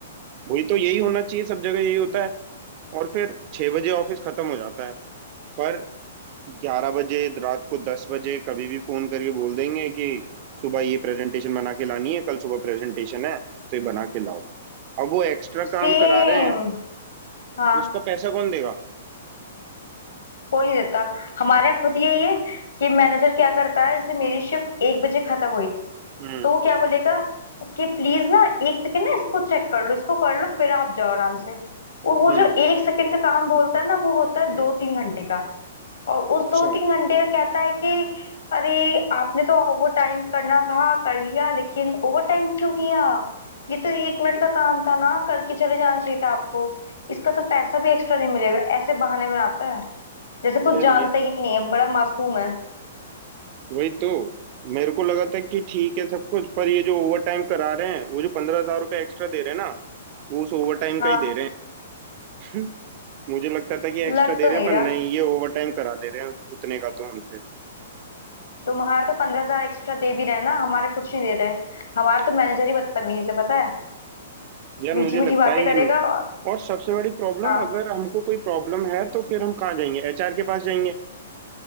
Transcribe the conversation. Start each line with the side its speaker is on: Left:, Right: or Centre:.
Right: वही तो यही होना चाहिए सब जगह यही होता है और फिर छह बजे ऑफिस खत्म हो जाता है पर ग्यारह बजे रात को दस बजे कभी भी फोन करके बोल देंगे कि सुबह ये प्रेजेंटेशन बना के लानी है कल सुबह प्रेजेंटेशन है तो ये बना के लाओ अब वो एक्स्ट्रा
Left: सेम
Right: काम करा रहे हैं
Left: हाँ
Right: उसका पैसा कौन देगा
Left: कोई नहीं देता हमारे यहाँ खुद यही है कि मैनेजर क्या करता है जैसे मेरी शिफ्ट एक बजे खत्म हुई
Right: हम्म
Left: तो वो क्या बोलेगा कि प्लीज ना एक सेकंड ना इसको चेक कर लो इसको कर लो फिर आप जाओ आराम से और वो
Right: हम्म
Left: जो एक सेकंड का काम बोलता है ना वो होता है दो
Right: हम्म।
Left: तीन घंटे का और उस
Right: अच्छा
Left: दो तीन घंटे का कहता है कि अरे आपने तो ओवर टाइम करना था कर लिया लेकिन ओवर टाइम क्यों किया ये तो एक मिनट का काम था ना करके चले जाना चाहिए था आपको इसका तो पैसा भी एक्स्ट्रा नहीं मिलेगा ऐसे बहाने बनाता है जैसे कुछ
Right: यार
Left: जानता
Right: ये
Left: ही नहीं है बड़ा मासूम है
Right: वही तो मेरे को लगा था कि ठीक है सब कुछ पर ये जो ओवर टाइम करा रहे हैं वो जो पंद्रह हजार रुपये एक्स्ट्रा दे रहे हैं ना वो उस ओवर टाइम
Left: हाँ
Right: का ही दे रहे हैं मुझे लगता था कि एक्स्ट्रा
Left: लग
Right: दे
Left: तो
Right: रहे
Left: नहीं
Right: हैं पर
Left: रहा
Right: नहीं ये ओवर टाइम करा ले रहे हैं उस- उतने का तो हमसे
Left: तुम्हारे तो पंद्रह हजार एक्स्ट्रा दे भी रहे हैं ना हमारे कुछ नहीं दे रहे हैं हमारे तो मैनेजर ही बदतमीज है पता है
Right: यार
Left: मीठी
Right: मुझे
Left: मीठी
Right: लगता
Left: बातें
Right: है
Left: करेगा
Right: ये
Left: और-
Right: और सबसे बड़ी प्रॉब्लम
Left: हाँ
Right: अगर हमको कोई प्रॉब्लम है तो फिर हम कहाँ जाएंगे एचआर के पास जाएंगे